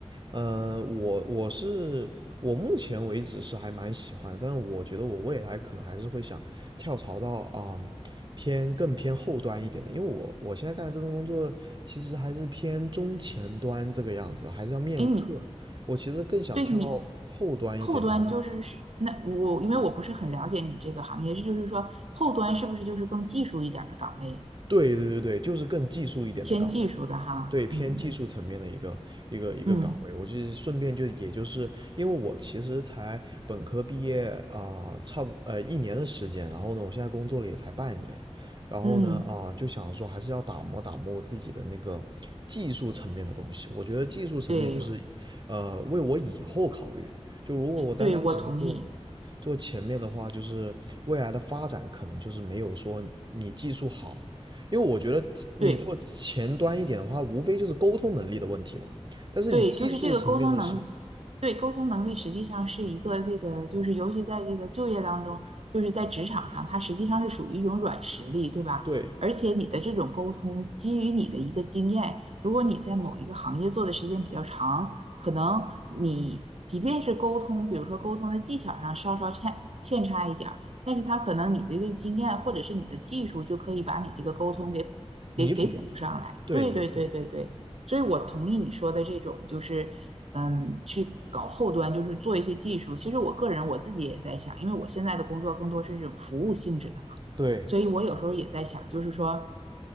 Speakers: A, on the right; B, on the right.
A: 嗯，我我是我目前为止是还蛮喜欢，但是我觉得我未来可能还是会想跳槽到啊、嗯偏更偏后端一点的，因为我我现在干的这份工作其实还是偏中前端这个样子，还是要面客，
B: 哎，你
A: 我其实更想跳到后端一点的。
B: 对你后端就是是那我，因为我不是很了解你这个行业，这就是说后端是不是就是更技术一点儿的岗位
A: 对对对对，就是更技术一点的岗位，
B: 偏技术的哈，
A: 对，偏技术层面的一个一个一个岗位。
B: 嗯嗯
A: 我就是顺便就也就是因为我其实才本科毕业啊、差不呃一年的时间，然后呢，我现在工作了也才半年，然后呢啊、
B: 嗯，
A: 就想说还是要打磨打磨我自己的那个技术层面的东西。我觉得技术层面就是呃为我以后考虑，
B: 对
A: 就如果我单单只是做。
B: 对，我同意，
A: 做前面的话，就是未来的发展可能就是没有说你技术好，因为我觉得你做前端一点的话，
B: 对。
A: 无非就是沟通能力的问题嘛。但是你技术层面的是，
B: 对，就是这个沟通能，对，沟通能力实际上是一个这个，就是尤其在这个就业当中，就是在职场上，它实际上是属于一种软实力，对吧？
A: 对，
B: 而且你的这种沟通基于你的一个经验，如果你在某一个行业做的时间比较长，可能你即便是沟通，比如说沟通的技巧上稍稍欠欠差一点儿，但是他可能你的这个经验或者是你的技术就可以把你这个沟通给给给补上来。
A: 弥补掉，对，
B: 对对对对对。
A: 没错，
B: 所以我同意你说的这种，就是嗯，去搞后端，就是做一些技术。其实我个人我自己也在想，因为我现在的工作更多是这种服务性质的嘛，
A: 对，
B: 所以我有时候也在想，就是说